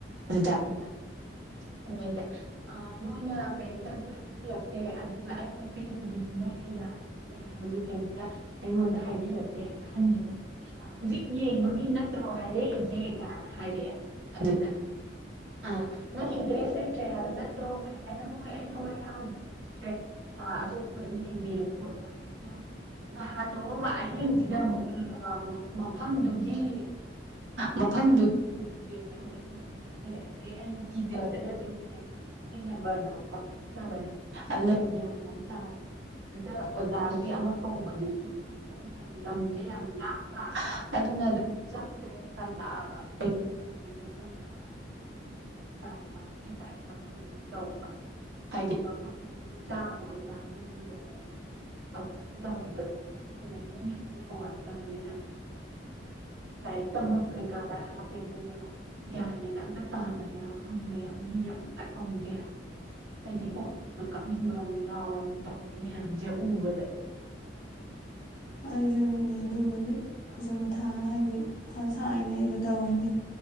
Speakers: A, on the right; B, on the left.
A: ꯑꯗꯨꯗ ꯑꯩꯅ ꯅꯣꯏꯗ ꯅꯣꯏꯅ ꯀꯩꯝꯇꯁꯨ ꯍꯥꯏꯕꯤꯔꯛꯇꯦ ꯑꯗꯨꯒ ꯑꯩꯅ ꯄꯤꯔꯤꯗꯨꯁꯨ ꯅꯣꯏꯅ ꯌꯥꯔꯦ ꯈꯣꯠꯂꯦ ꯍꯥꯏꯕꯁꯨ ꯀꯩꯝꯇ ꯑꯩꯉꯣꯟꯗ ꯍꯥꯏꯕꯤꯔꯛꯇꯦ ꯍꯥꯏ ꯑꯍꯟꯗꯨꯅ ꯍꯧꯖꯤꯛ ꯌꯦꯡꯕꯒꯤ ꯅꯠꯇ꯭ꯔꯣ ꯍꯥꯏꯔꯛꯏꯁꯦ ꯀꯅ ꯍꯥꯏꯔꯛꯑꯦ ꯑꯗꯨꯗ ꯑꯥ ꯅꯪ ꯏꯟꯇꯔꯦꯁ ꯂꯩꯇ꯭ꯔꯦ ꯍꯥꯏꯕ ꯅꯠꯇ꯭ꯔꯣ ꯍꯥꯏꯔꯅ ꯍꯣꯏ ꯑꯩ ꯊꯋꯥꯏ ꯌꯥꯎꯗ꯭ꯔꯦ ꯈꯗ꯭ꯔꯦ ꯑꯇꯣꯞꯄ ꯑꯗꯨꯝ ꯌꯦꯡꯕꯤꯔꯣ ꯈꯣꯠꯂꯣ ꯍꯥꯏꯗ ꯅꯍꯥꯟ ꯅꯣꯡꯃ ꯑꯍꯤꯡꯁꯤꯗ ꯑꯃꯨꯛ ꯃꯐꯝꯗꯨꯒꯤ ꯃꯐꯝꯗꯨꯒꯤ ꯋꯦꯞꯁꯦ ꯑꯃꯨꯛ ꯑꯩꯉꯣꯟꯗ ꯑꯃꯨꯛ ꯊꯥꯖꯜꯂꯛꯑꯦ ꯑꯗꯩ ꯑꯩꯅ ꯒꯤꯖꯔꯗꯅ ꯑꯗꯨꯝꯅꯦ ꯃꯣꯏ ꯅꯝꯕꯔꯗꯣ ꯀꯛꯊꯠꯈ꯭ꯔꯕꯅꯦ ꯑꯗꯨꯅ ꯒ꯭ꯌꯥꯟ ꯑꯃ ꯑꯗ ꯑꯣꯖ ꯑꯃ ꯀꯧꯕꯗꯨꯁꯨ ꯂꯝꯁꯦ ꯌꯥꯝ ꯂꯥꯄ ꯑꯗꯨꯅ ꯑꯗꯨꯝ ꯇ꯭ꯔꯦ ꯇꯜꯂꯛꯑꯕ ꯀꯔꯤꯅꯣ ꯇꯧꯗꯣꯏꯁꯦ ꯈꯪꯗ꯭ꯔꯕ ꯑꯗꯒꯤ ꯃꯣꯏꯒꯤꯁꯨ ꯇꯥꯏꯝ ꯄꯥꯁꯀꯤ ꯇꯥꯏꯞꯇ ꯑꯣꯏꯅꯁꯨ ꯇꯧꯕ ꯍꯥꯏꯗꯤ ꯃꯐꯝꯗ ꯑꯗꯨꯝ ꯆꯥꯕ ꯑꯣꯏꯇꯥꯔꯗꯤ ꯌꯦꯡꯉꯒꯦꯕꯨ ꯑꯩꯈꯣꯏꯅ ꯇꯧꯔꯤꯕ ꯊꯕꯛꯁꯤꯅꯅꯦ ꯃꯤ ꯑꯃꯇ ꯀꯧꯔꯛꯇꯕꯅꯤꯅ ꯂꯥꯏꯔꯤꯛ ꯇꯝꯐꯝ ꯀꯩꯀꯥꯗ ꯍꯥꯞꯄꯦ ꯅꯨꯡꯉꯥꯏ ꯒ꯭ꯌꯥꯟ ꯃꯦꯟ ꯑꯝꯇ ꯇꯥꯗꯕ꯭ꯔꯥ ꯈꯪꯉꯦ ꯃꯤ ꯑꯇ ꯀꯧꯗꯦ ꯍꯥꯏꯕ ꯑꯩꯗꯤ ꯑꯣꯈꯣꯝꯒꯩ ꯀꯞꯅꯤꯡꯕ ꯑꯃ ꯌꯥꯎꯔꯝꯅꯤ ꯇꯧ ꯑꯩꯅꯖ ꯎꯕꯗ
B: ꯑꯩ ꯖꯨꯅꯤꯅꯦ ꯑꯗꯨꯕꯨꯗꯤ ꯈꯨꯁꯨꯨ ꯃꯊꯥ ꯍꯥꯏꯗꯤ ꯁꯥꯏꯅꯤ ꯑꯩꯁꯨ ꯇꯧꯔꯤꯅꯦ